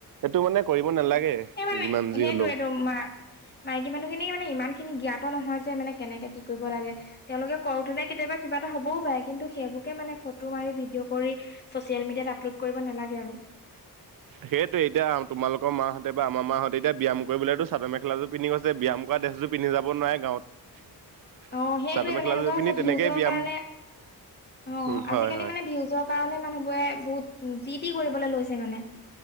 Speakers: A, on the right; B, on the left.
A: টো মানে কৰিব নালাগে
B: সেই মানে
A: যিমান যি
B: সেইটোৱেটো
A: হলেও
B: মা মাইকী মানুহ খিনি মানে ইমান খিনি জ্ঞাত নহয় যে মানে কেনেকে কি কৰিব লাগে তেওঁলোকে কৰোতেনেে কেতিয়াবা কিবা এটা হ'বও পাৰে কিন্তু সেইবুকে মানে ফটো মাৰি ভিডিঅ' কৰি চচিয়েল মিডিয়াত আপলোড কৰিব নালাগে আৰু
A: উ সেইটো এতিয়া তোমালোকৰ মাহঁতে বা আমাৰ মাহঁতে এতিয়া ব্যাম কৰিবলৈটো চাদৰ মেখেলাটো পিন্ধিৈছে ব্যায়াম কৰা ড্ৰেছযোৰ পিন্ধি যাব নোৱাৰে গাঁৱত
B: অ সেইটয়ে
A: চাদৰ মেখেলাযোৰ
B: মানে এনেকুৱা হৈছে
A: পিন্ধি তেনেকেই
B: ভিউজৰ
A: ব্যায়াম
B: কাৰণে অ
A: উম, হয়
B: আজিকালি
A: হয়
B: মানে ভিউজৰ কাৰণে মানুহ বোৰে বহুত যি টি কৰিবলৈ লৈছে মানে